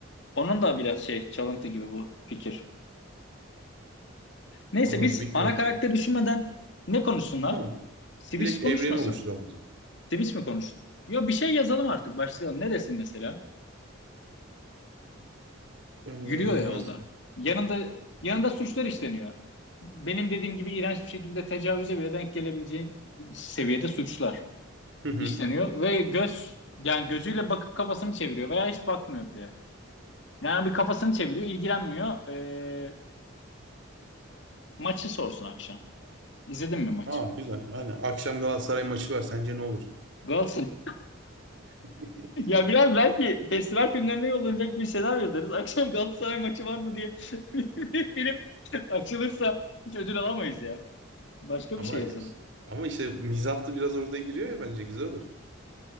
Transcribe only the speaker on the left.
onun da biraz şey çalıntı gibi bu fikir. Neyse
biz
ana karakteri düşünmeden ne konuşsunlar?
Switch
konuşmasın.
Switch mi konuşsun? Ya bir şey yazalım artık başlayalım. Ne desin mesela?
Yürüyor ya yolda.
Yanında yanında suçlar işleniyor. Benim dediğim gibi iğrenç bir şekilde tecavüze bile denk gelebileceği seviyede suçlar
işleniyor ve göz yani gözüyle bakıp kafasını çeviriyor veya hiç bakmıyor bile. Yani bir kafasını çeviriyor, ilgilenmiyor. Ee, maçı sorsun akşam. İzledin mi maçı?
Galatasaray. <laughs>
Ya biraz belki festival filmlerine yollanacak bir senaryo deriz. Akşam Galatasaray maçı var mı diye <laughs> bir film açılırsa hiç ödül alamayız ya. Başka
bir şey yazalım.